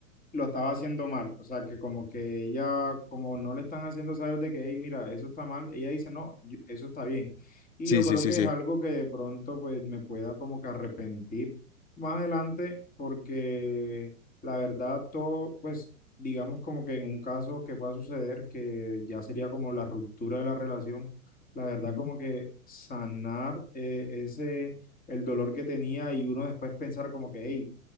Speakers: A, on the left; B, on the left.
A: lo estaba haciendo mal. O sea, que como que ella, como no le están haciendo saber de que, hey, mira, eso está mal, ella dice, no, yo- eso está bien. Y
B: Sí,
A: yo creo
B: sí, sí,
A: que
B: sí.
A: es algo que de pronto pues me pueda como que arrepentir más adelante porque la verdad todo, pues digamos como que en un caso que pueda suceder, que ya sería como la ruptura de la relación, la verdad
B: Ujú,
A: como que sanar eh, ese, el dolor que tenía y uno después pensar como que, hey,